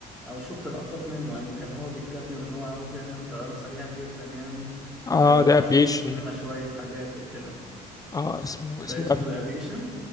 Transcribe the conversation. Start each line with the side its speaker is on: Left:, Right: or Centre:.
Centre: او شفت لقطات منه يعني كان هو بيتكلم ان هو عاوز يعمل طيارة سريعة جدا يعني
Left: آه
Centre: آه، وقعد
Left: ده أفيشن
Centre: يقص منها شوية حاجات وكده
Left: اه اسمه
Centre: ده
Left: اسمه
Centre: اسمه
Left: ده
Centre: ذا افيشن